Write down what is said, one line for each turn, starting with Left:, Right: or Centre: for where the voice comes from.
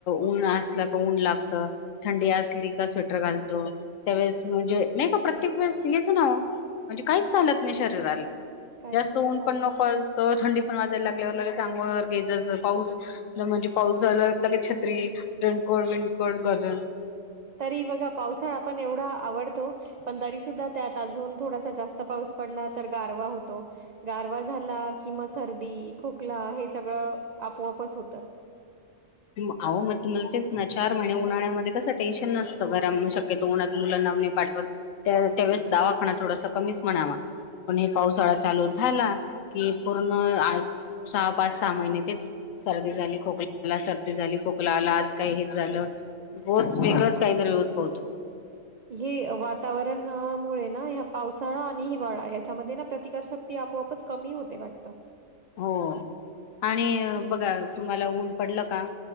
Left: ऊन असलं क ऊन लागत थंडी असली का स्वेटर घालतो त्यावेेळेस म्हणजे नाही का प्रत्येक वेळेस हेच ना म्हणजे काहीच चालत नाही शरीराला
Right: काहीच
Left: जास्त
Right: नाही
Left: ऊन
Right: झालं.
Left: पण नको तर थंडी पण वाजायला लागल्यावर लगे चांगवर गेजस पाऊस म्हणजे पाऊस झाला लगे छत्री रेणकोड विणकोड गरम
Right: तरी बघा पावसाळा आपण एवढा आवडतो पण तरी सुद्धा त्यात अजून थोडासा जास्त पाऊस पडला तर गारवा होतो गारवा झाला किंवा सर्दी खोकला हे सगळं आपोआपच होतं <inaudible>
Left: आहो मग तुम्हाला तेच ना चार महिने उन्हा्यामध्ये कस टेन्शन नसतं घरा शकत तो मुला नावने पाठवत त्यावेळेस दावाखा थोडासा कमीच म्हणावा पण हे पावसाळा चालू झाला की पूर्ण सहा पाच सहा महिने तेच सर्दी झाली खोकलाला सर्दी झाली खोकलाला आज काही हित झालं रोज वेगळंच
Right: हां.
Left: काहीतरी उद्भवतो
Right: हे वातावरणमुळे ना ह पावसाळा आणि हिवाळा याच्यामध्ये ना प्रतिकार शक्त ते आपोआपच कमी होते वाटतं
Left: हो आणि बघा तुम्हाला ऊन पडलं का